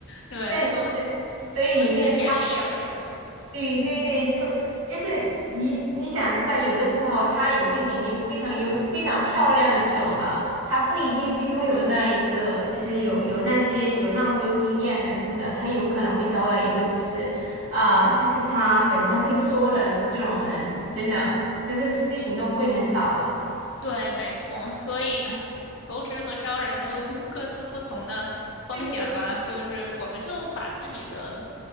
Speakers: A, on the left; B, on the right.
A: 对，
B: 但
A: 所以
B: 所以有些人。
A: 所以你的简历要写得好。
B: 对对对，就就是你你想知道，有的时候他有些简历非常优、非常漂亮的这种的，他不一定是拥有那一个，就是有有那些有那么多经验的，真的，他有可能会招来一个就是啊、就是他本身会说的这种人，真的，但是实际行动会很少的。
A: 对，没错，所以哎，求职和招人都有 <laughs> 各自不同的风险吧。
B: 对，
A: 就是我们就把自己的